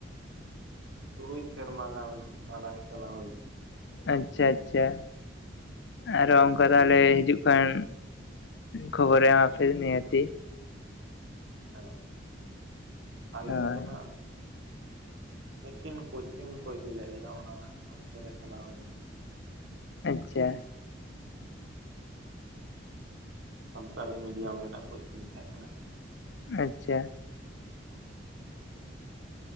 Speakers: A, on the right; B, on the left.
A: ᱛᱩᱨᱩᱭ ᱥᱮᱨᱢᱟ ᱜᱟᱱ ᱢᱟᱲᱟᱝ ᱪᱟᱞᱟᱣ ᱦᱩᱭ ᱞᱮᱱ᱾
B: ᱟᱪᱪᱷᱟ ᱟᱪᱪᱷᱟ᱾ ᱟᱨᱚ ᱚᱱᱠᱟ ᱛᱟᱦᱚᱞᱮ ᱦᱤᱡᱩᱜ ᱠᱷᱟᱱ ᱠᱷᱚᱵᱚᱨᱮ ᱮᱢᱟᱯᱮ ᱱᱤᱦᱟᱹᱛᱤ᱾
A: ᱦᱮᱸ ᱟᱞᱮ
B: ᱦᱳᱭ
A: ᱫᱚ ᱱᱟᱜ ᱢᱤᱫᱴᱤᱱ ᱠᱳᱪᱤᱝ ᱠᱚ ᱤᱫᱤ ᱞᱮᱫ ᱞᱮᱭᱟ ᱚᱱᱟ ᱚᱠᱛᱚ ᱨᱮ ᱪᱟᱞᱟᱣ ᱦᱩᱭ ᱞᱮᱱᱟ᱾
B: ᱟᱪᱪᱷᱟ᱾
A: ᱥᱟᱱᱛᱟᱞᱤ ᱢᱤᱰᱤᱭᱟᱢ ᱨᱮᱱᱟᱜ ᱠᱳᱪᱤᱝ ᱛᱟᱦᱮᱸ ᱠᱟᱱᱟ᱾
B: ᱟᱪᱪᱷᱟ᱾